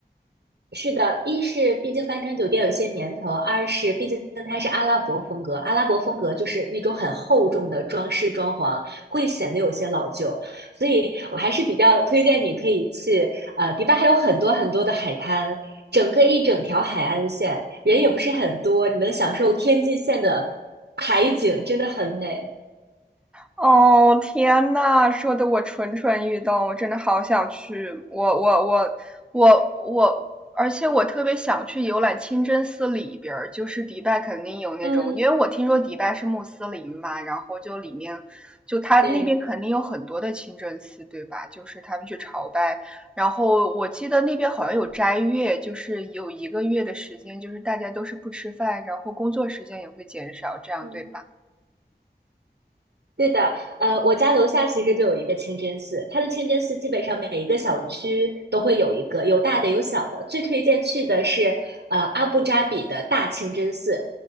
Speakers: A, on the right; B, in the centre.
A: 是的，一是毕竟帆船酒店有些年头，二是毕竟它是阿拉伯风格，阿拉伯风格就是那种很厚重的装饰装潢，会显得有些老旧，所以我还是比较推荐你可以去，呃，迪拜还有很多很多的海滩，整个一整条海岸线，人也不是很多，你能享受天际线的海景，真的很美。
B: 哦，天呐，说的我蠢蠢欲动，我真的好想去。我我我我我，而且我特别想去游览清真寺里边儿，就是迪拜肯定有那种，
A: 嗯。
B: 因为我听说迪拜是穆斯林嘛，然后就里面就他那边肯定有很多的清真寺，
A: 对。
B: 对吧？就是他们去朝拜，然后我记得那边好像有斋月，就是有一个月的时间，就是大家都是不吃饭，然后工作时间也会减少，这样对吧？
A: 嗯。对的，呃，我家楼下其实就有一个清真寺，它的清真寺基本上每一个小区都会有一个，有大的有小的。最推荐去的是呃阿布扎比的大清真寺，